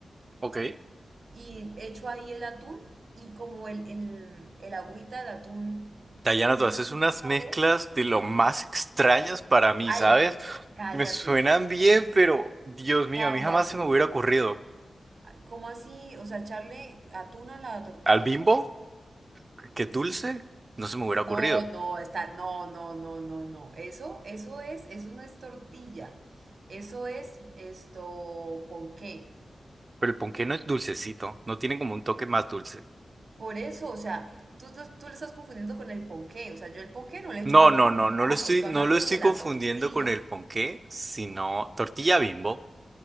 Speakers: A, on the right; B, on the right.
A: ok.
B: y echo ahí el atún y como el, el, el agüita del atún
A: Dayana,
B: tiene muy
A: tú haces
B: buen
A: unas
B: sabor.
A: mezclas de lo más extrañas para mí,
B: Ay,
A: ¿sabes?
B: cállate,
A: Me suenan bien, pero Dios mío,
B: cállate.
A: a mí jamás se me hubiera ocurrido.
B: ¿Cómo así? O sea, echarle atún a la tortilla.
A: Al bimbo, que es dulce, no se me hubiera
B: No,
A: ocurrido.
B: no, está, no, no, no, no, no. Eso, eso es, eso no es tortilla. Eso es esto, ponqué.
A: Pero el ponqué no es dulcecito, no tiene como un toque más dulce.
B: Por eso, o sea, tú, tú, tú lo estás confundiendo con el ponqué. O sea, yo el ponqué no le echo
A: No,
B: atún,
A: no, no,
B: ¿qué
A: no
B: carajo?
A: lo estoy,
B: Estoy
A: no
B: hablando
A: lo estoy
B: de
A: confundiendo
B: la tortilla.
A: con el ponqué, sino tortilla bimbo.